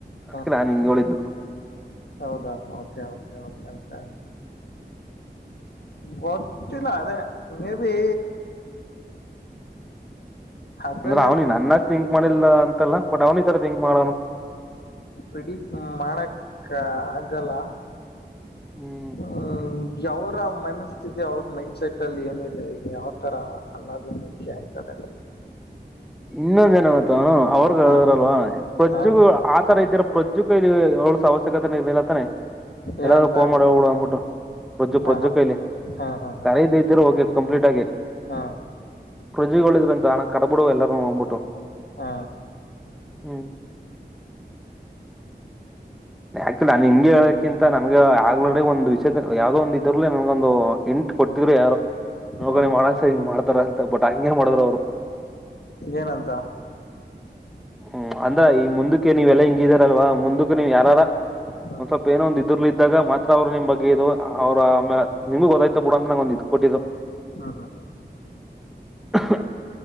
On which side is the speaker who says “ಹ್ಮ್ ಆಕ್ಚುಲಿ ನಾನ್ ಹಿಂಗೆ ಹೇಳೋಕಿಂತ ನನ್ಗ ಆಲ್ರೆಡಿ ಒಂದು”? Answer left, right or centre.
Centre